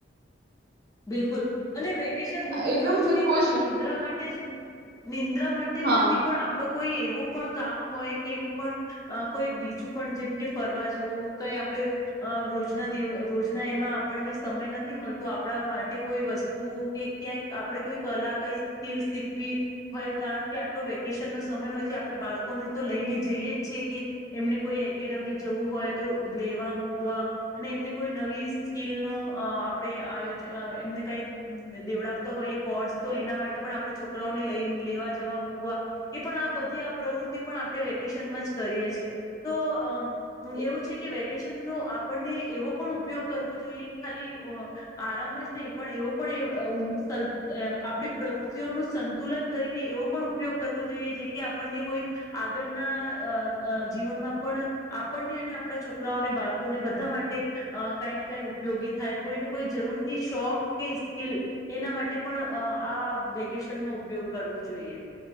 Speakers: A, on the left (about 20°); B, on the right (about 55°).
A: બિલકુલ. અને વેકેશન હું તો
B: એકદમ
A: જોઉં છું કે
B: ખુશ
A: ખાલી નિંદ્રા માટે જ નિંદ્રા માટે જ
B: હા
A: નથી પણ આપડુ કોઈ એવું પણ કામ હોય કે એવું પણ કોઈ બીજું પણ જેમ કે ફરવા જવું, કંઈ આપણે રોજના દિવ રોજના એમાં આપણને સમય નથી મલતો આપડાવા માટે, કોઈ વસ્તુ કે ક્યાંક આપણે કોઈ કલા, કઈ સ્કિલ શીખવી હોય, કારણકે આટલો વેકેશનનો સમય હોય તે આપણે બાળકોને તો લઈને જઈએ જ છીએ કે એમને કોઈ એકેડેમી જવું હોય તો લેવા મૂકવા અને એમને કોઈ નવી સ્કિલનો આપણે અહ આયોજ એમને કંઈક દેવડાવતો હોઈએ, કોર્સ તો એના માટે પણ આપણે છોકરાઓને લઈ, લેવા, જવા, મૂકવા એ પણ આ બધી આ પ્રવૃત્તિ પણ આપડે વેકેશનમાં જ કરીએ છે, તો અહ એવું છે કે વેકેશનનો આપણને એવો પણ ઉપયોગ કરવો જોઈએ, ખાલી આરામ જ નહીં પણ એવો પણ એ <unintelligible> એ આપડી પ્રવૃત્તિઓનું સંતુલન કરીને એવો પણ ઉપયોગ કરવો જોઈએ જે કે આપણને કોઈ આગળના અહ અહ જીવનમાં પણ આપણને અને આપણા છોકરાઓને બાળકોને બધા માટે કંઈ ને કંઈ ઉપયોગી થાય કોઈને કો કોઈ જરૂરથી શોખ કે સ્કિલ એના માટે પણ આ વેકેશનનો ઉપયોગ કરવો જોઈએ.